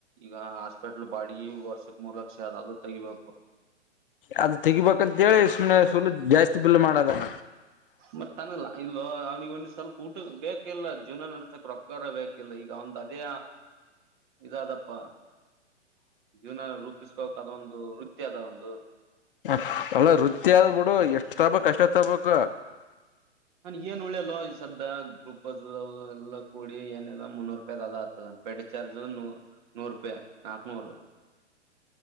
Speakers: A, on the right; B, on the left.
A: ಈಗ ಹಾಸ್ಪೆಟ್ಲ್ ಬಾಡಿಗೆ ವರ್ಷಕ್ ಮೂರ್ಲ ಕ್ಷೆ ಅದ ಅದು ತೆಗಿಬೇಕು
B: ಅದ ತೆಗಬೇಕಂತೇಳಿ
A: ಹ್ಮ್
B: ಸುಮನೆ ಸುಲ ಜಾಸ್ತಿ ಬಲ್ು ಮಾಡದಣ
A: ಮತ್ತ ತನಗ ಇಲ್ಲ ಅವ್ನಿಗೆ ಒಂದ್ ಸ್ವಲ್ಪ ಊಟ ಬೇಕಿಲ್ಲ ಜೀವನ ನಡ್ಸಕ್ ರೊಕ್ತ ಕರ ಬೇಕಿಲ್ಲ ಈಗ ಒಂದ್ ಅದೇ ಇದಾದಪ್ಪ ಜೀವನ ರೂಪಿಸ್ಕೋಕ್ ಅದ ಒಂದು ವೃತ್ತಿ ಅದ ಒಂದು
B: ಹ ಅಲ್ಲ ವೃತ್ತಿ ಆದ ಬಿಡು ಎಷ್ಟ್ ತಬಕ್ ಅಷ್ಟೊತ್ ತಬಕ್ು
A: ನನ್ ಏನ್ ಉಳ್ಳ್ಯಲ್ಲ ಸದ್ದ ಗ್ಲೂಕೋಸ್ ಎಲ್ಲೂಡ ನ ಎಲ್ಲ ಮುನ್ನೂರುೂಪಾಯ ಅ ಬೆಡ್ ಚಾರ್ಜ್ ನೂ ನೂರು ರೂಪಾಯಿ ನಾಕನೂರು